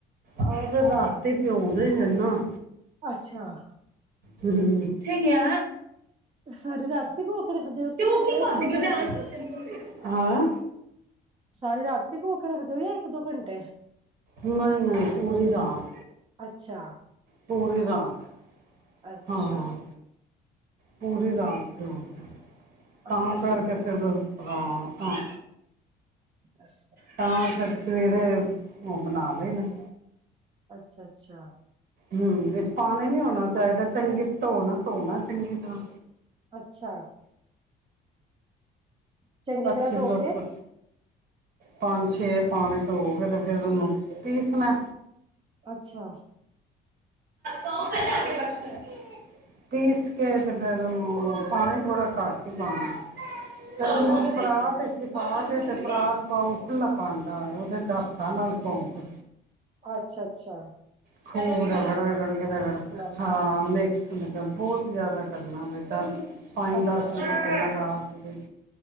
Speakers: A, on the right (about 60°); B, on the right (about 30°).
A: ਉਹ ਫਿਰ ਰਾਤੀ ਪਿਉਂਦੇ ਨਾ
B: ਅੱਛਾ।
A: ਹੂੰ, ਕਿੱਥੇ ਗਿਆ?
B: ਸਾਰੀ ਰਾਤ ਭਿਗੋ ਕੇ ਰੱਖਦੇ ਹੋ
A: ਤੇ
B: ਕਿ
A: ਉਹ ਕੀ ਕਰਦੀ
B: ਇੱਕ-ਦੋ
A: ਪਈ
B: ਘੰਟੇ।
A: ਲੈ ਸਕਦੇ ਹਾਂ
B: ਸਾਰੇ ਰਾਤ ਭਿਗੋ ਕੇ ਰੱਖਦੇ ਹੋ ਯਾਂ ਇੱਕ-ਦੋ ਘੰਟੇ
A: ਨਈ-ਨਈ ਪੂਰੀ ਰਾਤ,
B: ਅੱਛਾ
A: ਪੂਰੀ ਰਾਤ।
B: ਅੱਛਾ।
A: ਹਾਂ ਪੂਰੀ ਰਾਤ ਭਿਉਂ ਕੇ ਤਾਂ
B: ਅੱਛਾ
A: ਕਰਕੇ ਫਿਰ ਹਾਂ ਤਾਂ।
B: ਅੱਛਾ।
A: ਤਾਂ ਫਿਰ ਸਵੇਰੇ ਉਹ ਬਣਾ ਲਏ ਨੇ।
B: ਅੱਛਾ-ਅੱਛਾ।
A: ਹੂੰ, ਵਿਚ ਪਾਣੀ ਨੀ ਹੋਣਾ ਚਾਹੀਦਾ, ਚੰਗੇ ਧੋਣਾ ਧੋਣਾ ਚੰਗੀ ਤਰ੍ਹਾਂ
B: ਅੱਛਾ। ਚੰਗੀ
A: ਅੱਛੀ
B: ਤਰ੍ਹਾਂ ਧੋ
A: ਜ਼ਰੂਰਤ
B: ਕੇ
A: ਪੰਜ-ਛੇ ਪਾਣੀ ਧੋਗੇ ਫਿਰ ਉਹਨੂੰ ਪੀਸਣਾ
B: ਅੱਛਾ।
A: <unintelligible> ਪੀਸ ਕੇ ਤੇ ਫਿਰ ਉਹਨੂੰ, ਪਾਣੀ ਥੋੜ੍ਹਾ ਘੱਟ ਹੀ ਪਾਣਾ।
B: ਠੀਕ ਹੈ ਠੀਕ
A: ਪਰਾਤ
B: ਹੈ
A: ਵਿੱਚ ਚ ਪਾ ਕੇ ਤੇ ਪਰਾਤ ਪਾਉ ਖੁਲਾ ਭਾਂਡਾ ਹੋਏ ਉਹਦੇ ਚ ਹੱਥਾਂ ਨਾਲ ਘੋਂਕ
B: ਅੱਛਾ-ਅੱਛਾ।
A: ਖੂਬ ਰਗੜ ਰਗੜ ਕੇ ਰਗੜ
B: ਨਾਲ
A: ਹਾਂ ਮਿਕਸ ਲ ਕਿਹਾ ਬਹੁਤ ਜ਼ਿਆਦਾ ਕਰਨਾ ਦੇ, ਦਸ-ਪੰਜ-ਦਸ
B: ਅੱਛਾ
A: ਮਿੰਟ ਤੋਂ ਲਗਾ ਕੇ